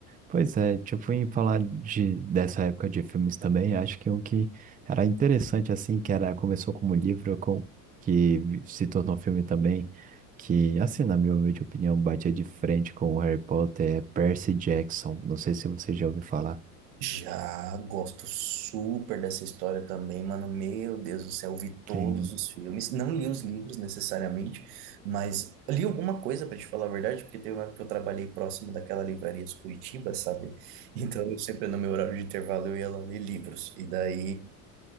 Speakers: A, on the right; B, on the right.
A: Pois é, tipo, em falar de, dessa época de filmes também, acho que um que era interessante, assim, que era, começou como livro, com, que vi- se tornou filme também, que, assim, na minha humilde opinião, batia de frente com o Harry Potter, é Percy Jackson. Não sei se você já ouviu falar.
B: Já gosto super dessa história também, mano. Meu Deus do céu, vi todos
A: Sim.
B: os filmes. Não li os livros necessariamente, mas li alguma coisa para te falar a verdade, porque teve uma época que eu trabalhei próximo daquela livraria de Curitiba, sabe? <laughs> Então, eu sempre no meu horário de intervalo eu ia lá ler livros. E daí,